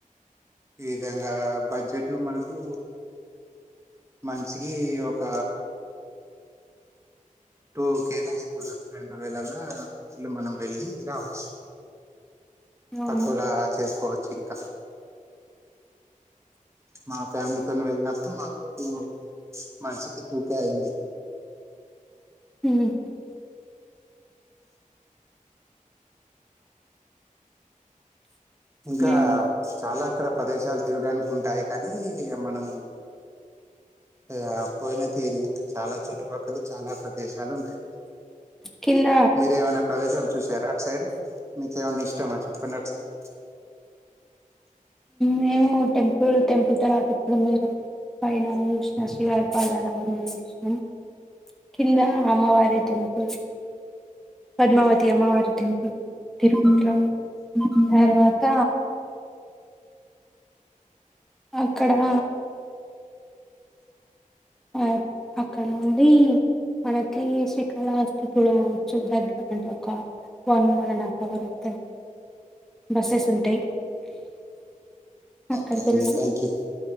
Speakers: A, on the right; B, in the centre.
A: ఈ విధంగా బడ్జెట్ మనకు మనిషికి ఒక టూకేలో అయిపోతది. రెండు వేలలా ఇలా మనం వెళ్ళి రావచ్చు
B: అవునా
A: తక్కువ లాచేసుకో ఇంక మా ఫ్యామిలీతోని వెళ్ళినప్పుడు మాకు టూ మనిషికి పూకే అయింది.
B: ఊహూ
A: ఇంకా
B: మేము
A: చాలా అక్కడ ప్రదేశాలు తిరగడానికి ఉంటాయి కానీ ఇగ మనము ఆ పోయిన తీరు చాలా చుట్టుపక్కలు చాలా ప్రదేశాలు ఉంటాయి.
B: కింద
A: మీరు ఏమైనా ప్రదేశాలు చూసారా అట్ సైడ్ మీకేమైన్నా ఇష్టమా చెప్పండి అట్ సైడ్
B: మేము టెంపుల్ టెంపుల్ తర్వాత ఇప్పుడు మీరు పైన చూసిన శ్రీవారి పాదాలే చూసినాం కింద అమ్మవారి టెంపుల్ పద్మావతి అమ్మవారి టెంపుల్ తిరుపతిలో తర్వాత అక్కడా ఆ అక్కడ నుండి మనకి శ్రీ కాళహస్తి తులు <unintelligible> బక్గ అ ఒక వన్ అండ్ హాఫ్ అవర్ ఉంటది బస్సెస్ ఉంటాయి అక్కడికి
A: ఓకే అండి
B: వెళ్ళాం
A: థ్యాంక్ యూ